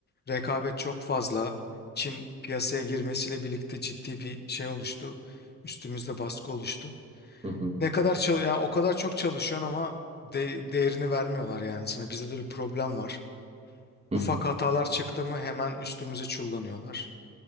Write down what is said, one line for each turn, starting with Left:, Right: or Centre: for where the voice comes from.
Left: rekabet çok fazla. Çin piyasaya girmesiyle birlikte ciddi bir şey oluştu. Üstümüzde baskı oluştu.
Right: hı hı,
Left: Ne kadar çal yani o kadar çok çalışıyorsun ama de- değerini vermiyorlar yani sana. Bizde de bir problem var.
Right: hı
Left: Ufak
Right: hı.
Left: hatalar çıktı mı hemen üstümüze çullanıyorlar.